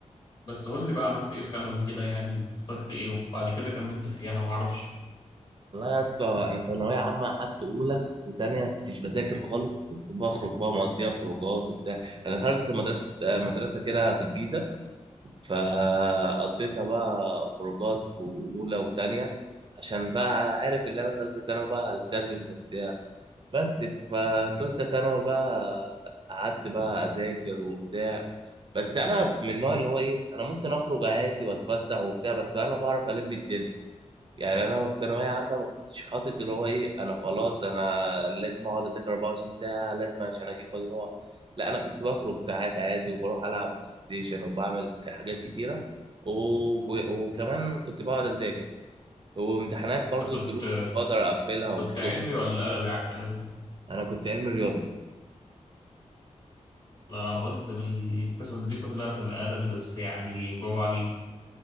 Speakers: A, on the left (about 40°); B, on the right (about 40°).
A: بس قول لي بقى عملت ايه في ثانوي كده يعني اخترت ايه وبعد كده كملت في ايه انا معرفش
B: والله يا اسطى انا ثانويه عامه قعدت اولى وتانية كنتش بذاكر خالص كنت بخرج بقى مقضيها خروجات وبتاع انا دخلت مدرسه آه، مدرسه كده في الجيزه فقضيتها بقى خروجات في أولى وتانية عشان بقى أنا عارف إن أنا تالتة ثانوي بقى هلتزم وبتاع بس في تالتة ثانوي بقى قعدت بقى أذاكر وبتاع بس أنا من النوع اللي هو إيه أنا ممكن أخرج عادي وأتفسح وبتاع بس أنا بعرف ألم الدنيا يعني انا في ثانويه عامه ما كنتش حاطط اللي هو ايه انا خلاص انا لازم اقعد اذاكر 24 ساعه لازم عشان اجيب مجموع لا انا كنت بخرج ساعات عادي وبروح العب بلاي ستيشن وبعمل ك- حاجات كتيره و... و... وكمان كنت بقعد اذاكر وامتحانات برضو
A: انت كنت
B: الدروس كنت بقدر اقفلها والشغل
A: كنت علمي ولا
B: ده.
A: ادبي على الكلام ده؟
B: انا كنت علمي رياضه
A: لا انا قلت بالقصص دي كلها تبقى ادبي بس يعني برافو عليك